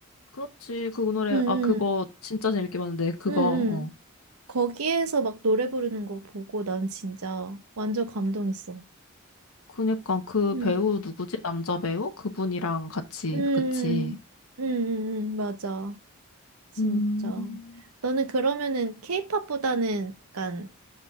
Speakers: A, on the left (about 85°); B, on the right (about 80°).
A: 그렇지. 그 노래,
B: 응응
A: 아, 그거 진짜 재밌게 봤는데, 그거,
B: 응응
A: 어.
B: 거기에서 막 노래 부르는 거 보고 난 진짜 완전 감동했어.
A: 그니까 그
B: 응.
A: 배우 누구지? 남자 배우? 그분이랑 같이,
B: 응.
A: 그치.
B: 응. 응. 맞아. 진짜.
A: 음.
B: 너는 그러면은 케이팝보다는 약간